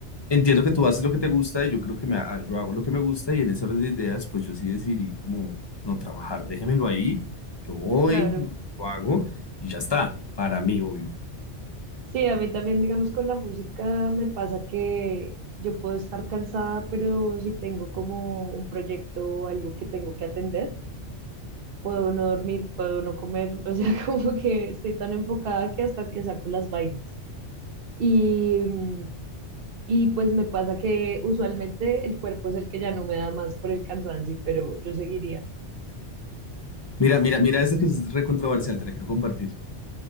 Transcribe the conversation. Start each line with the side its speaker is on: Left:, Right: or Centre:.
Left: entiendo que tú haces lo que te gusta y yo creo que me, ha- yo hago lo que me gusta y en ese orden de ideas, pues yo sí decidí como no trabajar, déjemelo ahí, yo voy,
Right: claro,
Left: lo hago y ya está, para mí, obvio.
Right: Sí, a mí también, digamos, con la música me pasa que yo puedo estar cansada, pero si tengo como un proyecto o algo que tengo que atender, puedo no dormir, puedo no comer, <laughs> o sea, como que estoy tan enfocada que hasta que saco las vainas. Y, mm, y pues me pasa que usualmente el cuerpo es el que ya no me da más por el cansancio, pero yo seguiría.
Left: Mira, mira, mira, esta que es re controversial, te la quiero compartir.